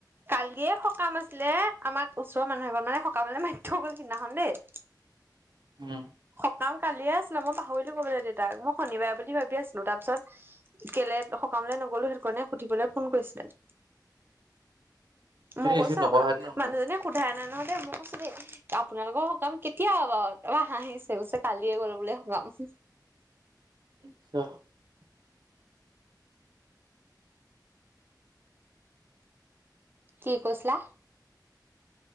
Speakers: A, on the right; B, on the right.
A: কালিয়ে সকাম আছিলে আমাৰ ওচৰৰ মানুহ এবাৰ মানে সকামলে মাতি থৈ গ'ল সিদিনাখন দেই <inaudible>
B: উম।
A: সকাম কালিয়ে আছিলে, মই পাহৰিলো কবলে দেউতাক। মই শনিবাৰে বুলি ভাবি আছিলো তাৰপিছত, কেলে সকামলৈ নগলো সেইটোকাৰণে সুধিবলৈ ফোন কৰিছিলে।
B: যদি
A: মই কৈছো
B: ৰিচিভ নকৰাটো
A: আপোনাৰ,
B: নহয়
A: মানুহজনে সোধাই নাই নহয় দেই মই কৈছো দেই আপোনালোকৰ সকাম কেতিয়া বাৰু? তাৰপৰা হাঁহিছে কৈছে কালিয়ে গ'ল বোলে সকাম।
B: <unintelligible>
A: কি কৈছিলা?